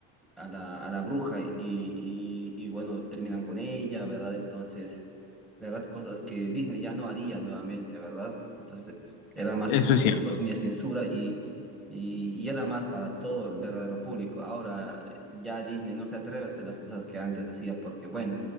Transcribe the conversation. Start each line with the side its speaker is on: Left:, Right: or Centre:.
Centre: a la, a la bruja y, y, y bueno, terminan con ella, ¿verdad? Entonces, ¿verdad? Cosas que Disney ya no haría nuevamente, ¿verdad? Entonces, era más
Left: Eso
Centre: crudo,
Left: es cierto.
Centre: no tenía censura y, y, y era más para todo el verdadero público. Ahora ya Disney no se atreve a hacer las cosas que antes hacía porque, bueno,